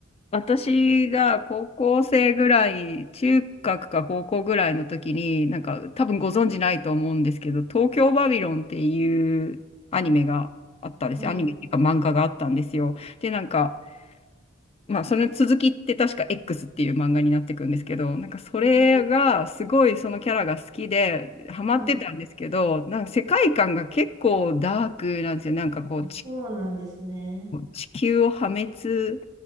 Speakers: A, on the left; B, on the right.
A: 私が高校生ぐらい、中学か高校ぐらいの時に、なんか多分ご存知ないと思うんですけど、東京バビロンっていうアニメがあったんですよ。
B: はい。
A: アニメっていうか漫画があったんですよ。で、なんかまあ、その続きって確か X っていう漫画になっていくんですけど、なんかそれがすごいそのキャラが好きでハマってたんですけど、
B: うんはい。
A: なんか世界観が結構ダークなんですよ。なんかこうち
B: あ、そうなんですね。
A: 地球を破滅